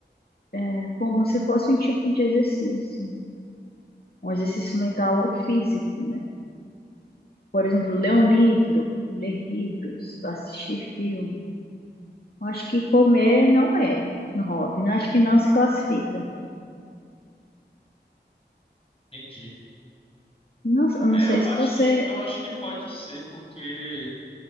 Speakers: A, on the left (about 60°); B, on the left (about 30°).
A: é, é como se fosse um tipo de exercício, um exercício mental ou físico. né? Por exemplo, ler um livro, ler livros, assistir filme. Eu acho que comer não é um hobby, né? acho que não se classifica.
B: Entendi.
A: Não, eu não
B: É,
A: sei
B: eu
A: se
B: acho
A: você,
B: que eu acho que pode ser, porque